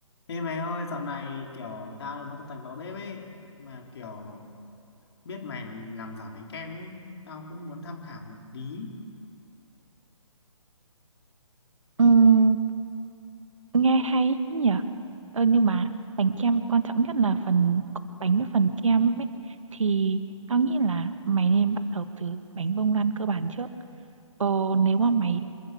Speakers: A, on the left (about 50°); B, on the right (about 70°).
A: Ê mày ơi, dạo này kiểu tao muốn tập tành vào bếp ấy, mà kiểu biết mày làm giỏi bánh kem ấy, tao cũng muốn tham khảo một tí.
B: Ừm, nghe hay ý nhỉ ờ, nhưng mà bánh kem quan trọng nhất là phần bánh với phần kem ấy thì tao nghĩ là mày nên bắt đầu từ bánh bông lan cơ bản trước ờ, nếu mà mày